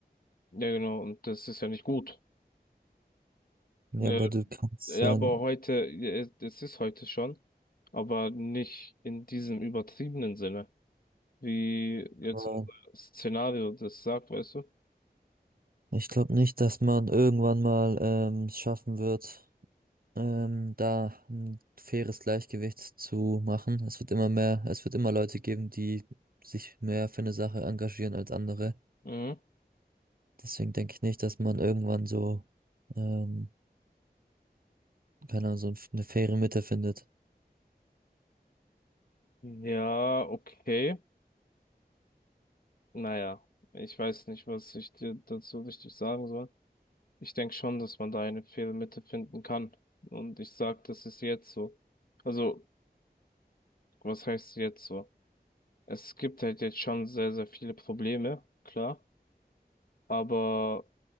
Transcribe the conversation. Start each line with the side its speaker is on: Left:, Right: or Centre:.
Left: Ja, genau. Und das ist ja nicht gut.
Right: Ja,
Left: Äh,
Right: aber du kannst
Left: Ja,
Right: ja,
Left: aber heute, ja, es ist heute schon, aber nicht in diesem übertriebenen Sinne, wie jetzt
Right: aber
Left: unser Szenario das sagt, weißt du?
Right: ich glaube nicht, dass man irgendwann mal ähm, es schaffen wird ähm, da ein faires Gleichgewicht zu machen. Es wird immer mehr, es wird immer Leute geben, die sich mehr für eine Sache engagieren als andere.
Left: Mhm.
Right: Deswegen denke ich nicht, dass man irgendwann so, ähm, keine Ahnung, so ein- eine faire Mitte findet.
Left: Ja, okay. Naja, ich weiß nicht, was ich dir dazu richtig sagen soll. Ich denke schon, dass man da eine Fehlmitte finden kann. Und ich sag, das ist jetzt so. Also, was heißt jetzt so? Es gibt halt jetzt schon sehr, sehr viele Probleme, klar. Aber